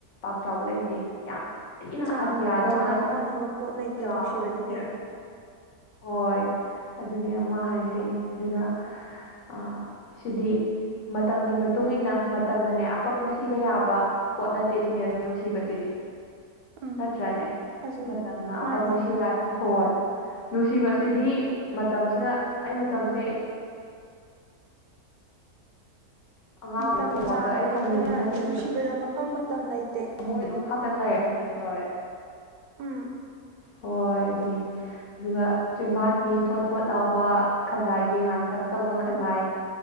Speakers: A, on the left; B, on the right.
A: ꯄꯥꯛ ꯆꯥꯎꯕ ꯂꯩꯇꯦ ꯌꯥꯝ ꯊꯤꯅ
B: ꯆꯥꯡ
A: ꯑꯇꯤꯌꯥꯗꯧꯅ
B: ꯆꯥꯡ ꯑꯣꯟꯅꯕ ꯄꯣꯠ ꯂꯩꯇꯦ
A: ꯆꯥꯎꯋꯦ
B: ꯅꯨꯡꯁꯤꯕꯗꯗꯤ
A: ꯁꯤꯁꯦ ꯍꯣꯏ ꯑꯗꯨꯅꯦ ꯃꯥ ꯍꯥꯏꯁꯦ ꯑꯗꯨꯅ ꯑ ꯁꯤꯗꯤ ꯃꯇꯝꯒꯤ ꯃꯇꯨꯡ ꯏꯟꯅ ꯃꯇꯝꯅꯅꯦ ꯑꯄꯪꯕ ꯁꯤꯕ ꯌꯥꯕ ꯄꯣꯠ ꯅꯠꯇꯦ ꯁꯤꯅꯦ ꯅꯨꯡꯁꯤꯕꯁꯤꯗꯤ
B: ꯎꯝ
A: ꯅꯠꯇ꯭ꯔꯅꯦ
B: ꯐꯖꯩ
A: ꯃꯇꯝꯅ ꯑꯄꯪꯕ
B: ꯃꯥꯅꯦ
A: <unintelligible> ꯍꯣꯏ ꯅꯨꯡꯁꯤꯕꯁꯤꯗꯤ ꯃꯇꯝꯁꯤꯅ ꯑꯩ ꯃꯇꯝꯁꯦ ꯑꯉꯥꯡ
B: ꯃꯇꯝ
A: ꯑꯣꯏꯔꯤ <unintelligible> ꯐꯥꯎꯗ
B: ꯆꯥꯡ
A: ꯑꯩ
B: ꯑꯣꯟꯕ
A: ꯍꯅꯨꯔꯤ
B: ꯌꯥꯅꯤ
A: ꯅꯪꯗꯤ ꯅꯨꯡꯁꯤ
B: ꯅꯨꯡꯁꯤꯕꯗ ꯃꯐꯝ ꯃꯇꯝ ꯂꯩꯇꯦ
A: ꯊꯃꯣꯏ ꯑꯗꯨꯝ ꯍꯛꯇꯅ ꯂꯩꯔꯝꯅꯦꯃꯤ ꯍꯣꯏ
B: ꯎꯝ
A: ꯍꯣꯏ ꯑꯗꯨꯅꯦ ꯑꯗꯨꯒ ꯆꯤꯝꯕꯥꯟꯒꯤ ꯊꯣꯠ ꯊꯣꯠ ꯂꯥꯎꯕ ꯈꯖꯥꯏ ꯒꯤ ꯉꯥꯡꯇꯛ ꯇꯧꯕ ꯈꯖꯥꯏ
B: ꯎꯝ